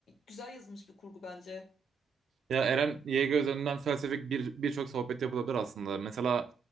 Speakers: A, on the left (about 75°); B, on the right (about 75°).
A: güzel yazılmış bir kurgu bence.
B: Ya Eren Yeager üzerinden felsefik bir birçok sohbet yapılabilir aslında. Mesela